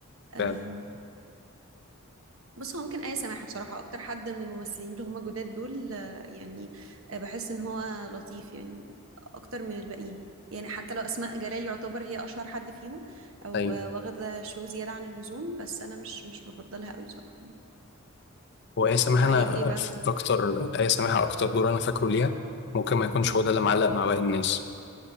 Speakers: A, on the right (about 65°); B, on the left (about 50°).
A: آم،
B: فعلا
A: بس هو ممكن آية سماحة بصراحة أكتر حد من الممثلين اللي هم جداد دول آه، يعني آه، بحس إن هو لطيف يعني أكتر من الباقيين يعني حتى لو أسماء جلال يعتبر هي أشهر حد فيهم أو
B: أيوة
A: آه، واخدة شو زيادة عن اللزوم بس أنا مش مش بفضلها قوي بصراحة
B: وآية سماحة
A: رأيك
B: أنا
A: إيه
B: في أكتر آية سماحة أكتر دور أنا فاكره ليها ممكن ما يكونش
A: بقى؟
B: هو ده اللي معلق مع باقي الناس